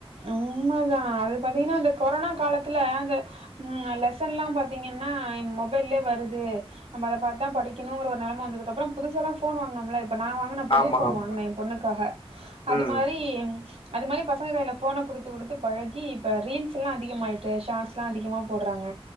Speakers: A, on the right; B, on the left.
A: உண்மை தா அது பாத்தீங்கனா இந்த கொரோனா காலத்துல அந்த ம் லெசன்லா பாத்தீங்கன்னா மொபைல்லே வருது நம்மல பாத்தா படிக்கணுங்ற ஒரு நெலம வந்ததுக்கப்பறோ புதுசல்லா ஃபோன் வாங்கினோம்ல ப்ப நா வாங்குன புது
B: ஆமா
A: ஃபோன்
B: ஆமா
A: வாங்குன எ பொண்ணுக்காக
B: ம்
A: அது மாரி அது மாரி பசங்க கைல ஃபோன குடுத்து குடுத்து பழகி இப்போ ரீல்ஸ்லா அதிகமாகிட்டு ஷார்ட்ஸ்லா அதிகமா போடுறாங்க